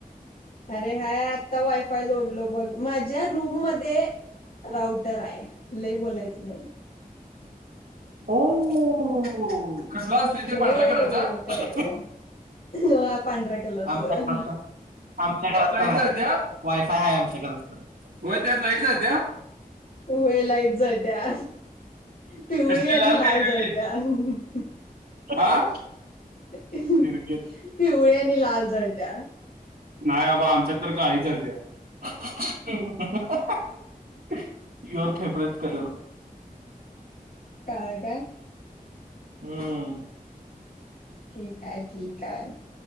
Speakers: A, on the left; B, on the right.
A: अरे हाय. आत्ता वायफाय जोडलो बघ, माझ्या रूम मध्ये राऊटर आहे लई बोलायचं नाही.
B: होमो मो म म कसला असत ते
A: ओ
B: पांढऱ्या कलरचं.
A: काय ओ वा, पांढऱ्या कलरचं
B: हम हम हम. आमच्या पण आमच्या घरा लाईट जात्या, वायफाय आहे आमच्या घरात तर. होय त्यात लाईट जात्या.
A: होय लाईट जा त्या. पिवळी
B: कसली
A: आणि लाल
B: का हिरवी
A: जळत्या. हम्म हम्म
B: हा
A: हम्म.
B: हिरवी
A: पिवळी आणि लाल जळत्या.
B: नाय बाबा आमच्यात तर काळी जळत्या हम हम हम. हम. ह ह हा. Your favourite colour.
A: काळ काय?
B: हम्म.
A: ठीक हाय ठीक हाय.